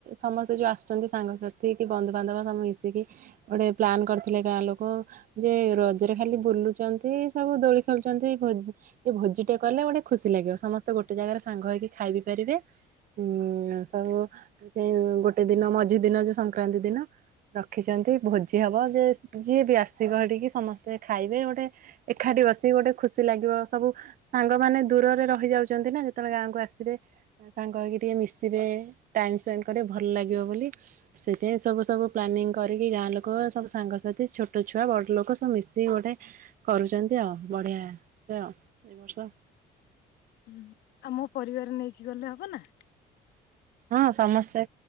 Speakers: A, on the right (about 55°); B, on the left (about 75°).
A: ସମସ୍ତେ ଯୋଉ ଆସୁଚନ୍ତି ସାଙ୍ଗସାଥି କି ବନ୍ଧୁବାନ୍ଧବ ସବୁ ମିଶିକି ଗୋଟେ ପ୍ଲାନ କରିଥିଲେ ଗାଁ ଲୋକ ଯେ ରଜରେ ଖାଲି ବୁଲୁଚନ୍ତି ସବୁ ଦୋଳି ଖେଳୁଛନ୍ତି ଭୋ ଗୋଟେ ଭୋଜି ଟେ କଲେ ଗୋଟେ ଖୁସି ଲାଗିବ ସମସ୍ତେ ଗୋଟେ ଜାଗାରେ ସାଙ୍ଗ ହେଇକି ଖାଇ ବିି ପାରିବେ ହୁଁ ସବୁ ଏ ଗୋଟେ ଦିନ ମଝି ଦିନ ଯୋଉ ସଂକ୍ରାନ୍ତି ଦିନ ରଖିଚନ୍ତି ଭୋଜି ହବ ଯେ ଯିଏ ବି ଆସିବ ହେଟିକି ସମସ୍ତେ ଖାଇବେ ଗୋଟେ ଏଖାଟି ବସି ଗୋଟେ ଖୁସି ଖୁସି ଲାଗିବ ସବୁ ସାଙ୍ଗ ମାନେ ଦୂରରେ ରହିଯାଉଚନ୍ତି ନା ଯେତେବେଳେ ଗାଁକୁ ଆସିବେ- ସାଙ୍ଗ ହେଇକି ଟିକେ ମିଶିବେ ଟାଇମ୍ ସ୍ପେଣ୍ଡ କରିବେ ଭଲ ଲାଗିବ ବୋଲି। ସେଥି ଆଇଁ ସବୁ ସବୁ ପ୍ଲାନିଙ୍ଗ କରିକି ଗାଁ ଲୋକ ସବୁ ସାଙ୍ଗସାଥି ଛୋଟ ଛୁଆ ବଡ଼ ଲୋକ ସବୁ ମିଶିକି ଗୋଟେ କରୁଚନ୍ତି ଆଉ ବଢିଆ ସେ ଏ ବର୍ଷ।
B: ହୁଁ ଆମ ପରିବାର ନେଇକି ଗଲେ ହବ ନା?
A: ହଁ ସମସ୍ତେ